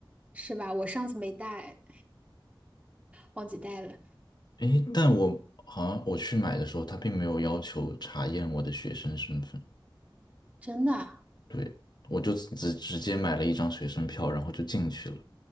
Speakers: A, on the right; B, on the left.
A: 是吧？我上次没带，忘记带了，
B: 诶，但我好像我去买的时候，他并没有要求查验我的学生身份。
A: 真的。
B: 对，我就直直接买了一张学生票，然后就进去了。